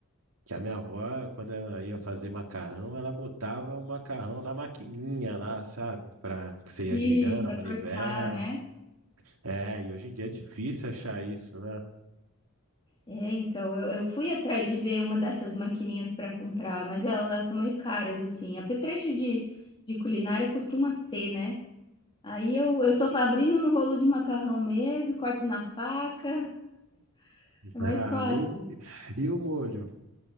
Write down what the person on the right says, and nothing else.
que a minha avó, quando ela ia fazer macarrão, ela botava o macarrão na maquininha lá, sabe? Pra que
você ia girando
a manivela.
É, e hoje em dia é difícil achar isso, né? <laughs>
Ah,
e o, e o molho?